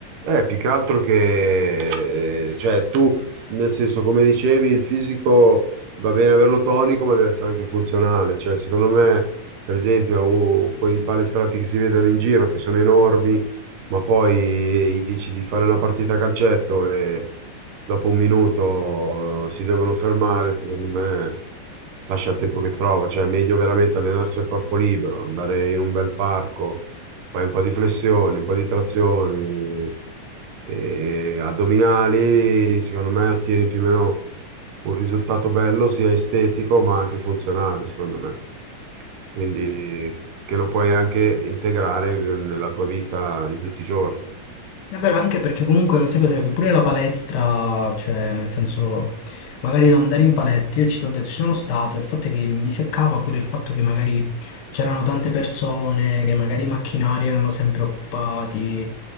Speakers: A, on the right; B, on the left.
A: Eh, più che altro che, eh, cioè, tu, nel senso, come dicevi, il fisico va bene averlo tonico, ma deve essere anche funzionale. Cioè, secondo me, per esempio, uh, quei palestrati che si vedono in giro, che sono enormi, ma poi gli dici di fare una partita a calcetto e dopo un minuto eh, si devono fermare, secondo me lascia il tempo che trova. Cioè, è meglio veramente allenarsi a corpo libero, andare in un bel parco fai un po' di flessioni, un po' di trazioni, e addominali, secondo me ottieni più o meno un risultato bello, sia estetico ma anche funzionale, secondo me. Quindi che lo puoi anche integrare nella tua vita di tutti i giorni.
B: È vero, anche perché comunque lo sai cos'è, che pure la palestra, cioè nel senso, magari non andare in palestra, io ci t'ho detto, ci sono stato, il fatto è che mi seccava pure il fatto che magari c'erano tante persone, che magari i macchinari erano sempre occupati,